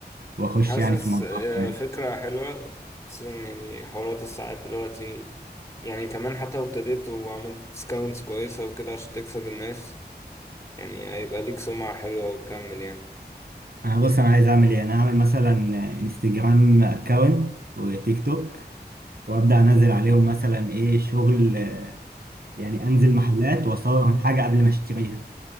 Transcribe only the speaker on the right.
واخش
يعني في الموضوع
كويس
انا بص انا عايز اعمل ايه انا هعمل مثلا انستجرام اكونت وتيك توك وابدا انزل عليهم مثلا ايه شغل يعني انزل محلات واصور الحاجه قبل ما اشتريها